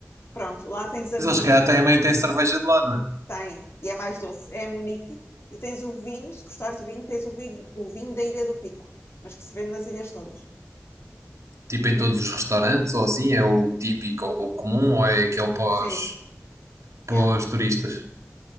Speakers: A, on the left; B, on the right.
A: pronto, lá tens a
B: Mas
A: Munique,
B: eles, se calhar, também têm cerveja de lá, não é?
A: tem, e é mais doce, é a Munique. E tens o vinho, se gostares de vinho, tens o vinho, o vinho da Ilha do Pico, mas que se vende nas ilhas todas.
B: Tipo em todos os restaurantes, ou assim, é o típico ou o comum, ou é aquele pós
A: Sim,
B: pós
A: yeah.
B: turistas.